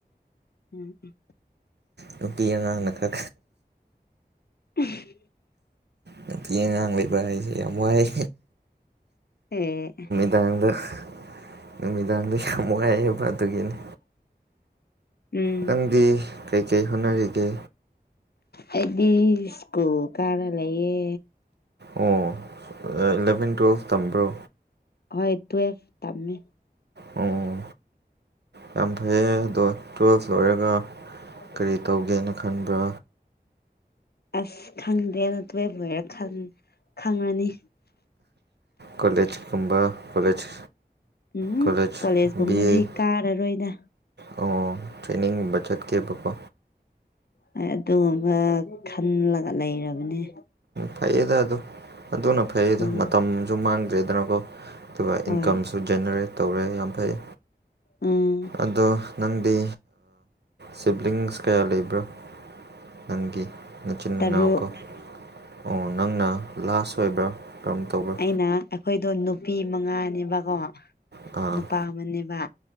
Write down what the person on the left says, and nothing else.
ꯎꯝ ꯎꯝ
ꯍ <unintelligible>
ꯑꯦ
ꯎꯝ
ꯑꯩꯗꯤ ꯏꯁꯀꯨ꯭ꯜ ꯀꯔꯥ ꯂꯩꯌꯦ
ꯍꯣꯏ ꯇꯨ ꯑꯦ ꯇꯝꯃꯦ
ꯑꯣ
ꯑꯁ ꯈꯪꯗꯦꯅ ꯇꯨꯋꯦꯜꯕ ꯂꯣꯏꯔ ꯈꯪꯉꯅꯤ
ꯎꯝ
ꯀꯣꯂꯦꯖꯀꯨꯝꯕꯗꯤ
ꯀꯥꯔꯔꯣꯏꯗ
ꯍ ꯑꯗꯨꯒꯨꯝꯕ ꯈꯜꯂꯒ ꯂꯩꯔꯕꯅꯤ
ꯎꯝ
ꯍꯣꯏ
ꯎꯝ
ꯇꯔꯨꯛ
ꯑꯩꯩꯅ ꯑꯩꯈꯣꯏꯗꯣ ꯅꯨꯄꯤ ꯃꯉꯥꯅꯦꯕꯀꯣ
ꯅꯨꯄꯥ ꯑꯃꯅꯤꯅꯦꯕ